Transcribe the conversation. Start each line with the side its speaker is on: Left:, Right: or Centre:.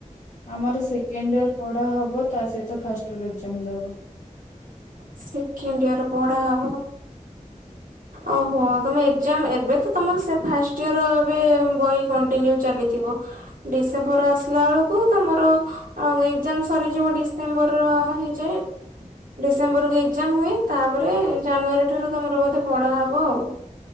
Left: ଆମର ସେକେଣ୍ଡ ଇୟର୍ ପଢ଼ା ହବ ତା ସହିତ ଫାଷ୍ଟ ଇୟର ଏଜାମ ଦେବ।
Right: ସେକେଣ୍ଡିୟର ପଢା ହବ। ଓହୋ ତମେ ଏଜାମ ଏବେ ତ ତମର ସେ ଫାଷ୍ଟ ଫାଷ୍ଟଇୟର ଏବେ ବହି କଣ୍ଟିନ୍ୟୁ ଚାଲିଥିବ। ଡିସେମ୍ବର ଆସିଲା ବେଳକୁ ତମର ଆଉ ଏଜାମ ସରିଯିବ ଡିସେମ୍ବର ହେଇଯାଏ। ଡିସେମ୍ବର କୁ ଏକ୍ଜାମ ହୁଏ। ତାପରେ ଜାନୁଆରୀ ଠାରୁ ତମର ବୋଧେ ପଢା ହବ ଆଉ।